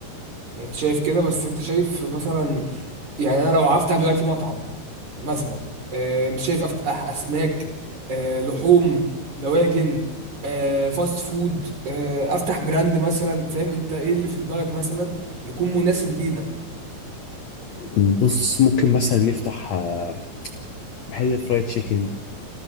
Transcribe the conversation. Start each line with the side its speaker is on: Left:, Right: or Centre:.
Right: يعني انت شايف كده بس انت شايف مثلا يعني انا لو هفتح دلوقتي مطعم مثلا آه، انت شايف افتح اسماك آه، لحوم دواجن آه، فاست فود آه، افتح براند مثلا فاهم انت ايه اللي في دماغك مثلا يكون مناسب لينا
Left: بص ممكن مثلا نفتح آه، محل فرايد تشيكن